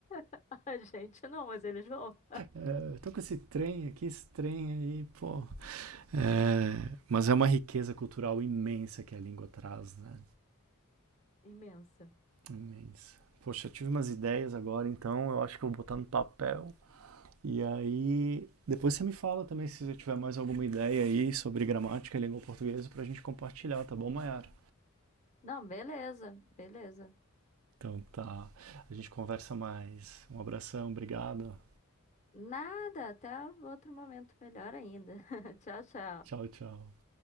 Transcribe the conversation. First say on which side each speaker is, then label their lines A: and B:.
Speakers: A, on the left (about 35°); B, on the right (about 70°).
A: <laughs> A gente não, mas eles vão.
B: É, eu tô com esse trem aqui, esse trem aí, pô, É, mas é uma riqueza cultural imensa que a língua traz, né?
A: <laughs> Imensa.
B: Imensa. Poxa, eu tive umas ideias agora, então eu acho que eu vou botar no papel. E aí, depois você me fala também se você tiver mais alguma ideia aí sobre gramática e língua portuguesa pra gente compartilhar, tá bom, Mayara?
A: Não, beleza, beleza.
B: Então tá, a gente conversa mais. Um abração, obrigado.
A: Nada, até outro momento melhor ainda. <laughs> Tchau, tchau.
B: Tchau, tchau.